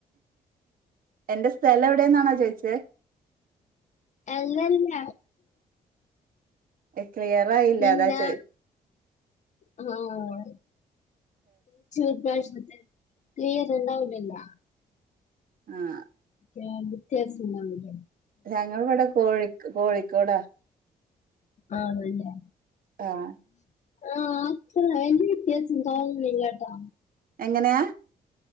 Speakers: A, on the right; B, on the left.
A: എന്റെ സ്ഥലം എവിടെന്നാണോ ചോയിച്ചേ.
B: അല്ലല്ല
A: ക്ലിയറായില്ല
B: പിന്നെ
A: അതാ ചോയിച്
B: ആഹ് <unintelligible> ഇപ്രാശ്യത്തെ ക്ലിയറുണ്ടാവുന്നില്ല.
A: ആഹ്
B: ആഹ് വ്യത്യാസണ്ടാവുന്നില്ലേ
A: ഞങ്ങളിവിടെ കോഴി കോഴിക്കോടാ.
B: ആണ് ല്ലേ?
A: ആഹ്
B: ആഹ് അത്ര അ യിന്റെ വ്യത്യാസം ണ്ടാവുന്നില്ല ട്ടാ.
A: എങ്ങനെയാ?